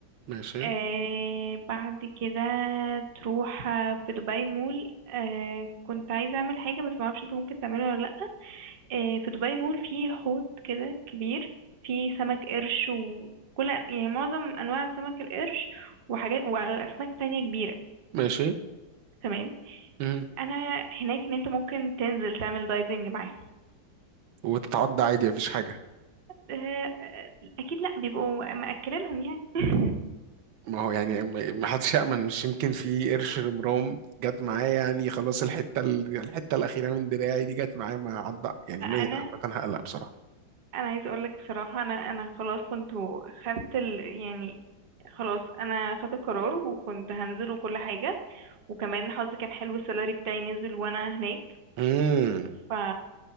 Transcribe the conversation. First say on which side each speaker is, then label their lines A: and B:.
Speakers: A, on the right (about 85°); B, on the right (about 40°).
A: ماشي
B: آه بعد كده تروح آه، في دبي مول آه كنت عايزة أعمل حاجة بس معرفش انت ممكن تعملها ولا لأ آه في دبي مول فيه حوض كده كبير فيه سمك قرش وكل يعني معظم أنواع سمك القرش وحاجات وأسماك تانية كبيرة
A: ماشي
B: تمام
A: مم.
B: أنا هناك إن انت ممكن تنزل تعمل دايفنج معاهم
A: وتتعدى عادي مفيش حاجة
B: آه آه، أكيد لأ بيبقوا مأكلينهم يعني <laughs>
A: ما هو يعني ما ما حدش يأمن مش يمكن في قرش رمرام جت معاه يعني خلاص الحتة ال- الحتة الأخيرة من دراعي دي جت معاه ما عدى يعني
B: ما أنا
A: ما عامة هقلق بصراحة
B: انا عايزه اقول لك بصراحه انا انا خلاص كنت خدت ال... يعني خلاص انا خدت القرار وكنت هنزل وكل حاجه وكمان حظي كان حلو السالري بتاعي نزل وانا هناك
A: مم.
B: ف